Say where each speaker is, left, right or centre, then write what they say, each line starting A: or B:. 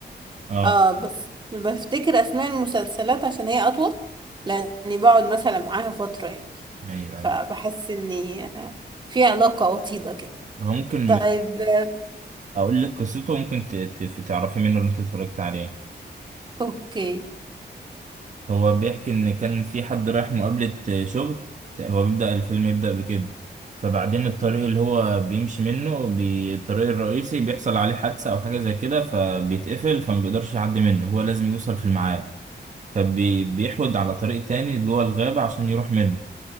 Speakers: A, on the right (about 40°); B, on the right (about 25°).
A: أه
B: اه بس بفتكر اسماء المسلسلات عشان هي اطول لاني بقعد مثلا معاها فترة يعني
A: أيوه
B: فبحس
A: أيوه
B: اني آه، في علاقة وطيدة كده
A: هو ممكن
B: طيب آه،
A: اقول لك قصته ممكن ت- ت- تعرفي منه اللي انت اتفرجت عليه
B: اوكي
A: هو بيحكي ان كان في حد رايح مقابلة شغل هو بيبدأ الفيلم يبدأ بكده فبعدين الطريق اللي هو بيمشي منه بي- الطريق الرئيسي بيحصل عليه حادثة او حاجة زي كده فبيتقفل فما بيقدرش يعدي منه هو لازم يوصل في الميعاد فبيحود على طريق تاني جوه الغابة عشان يروح منه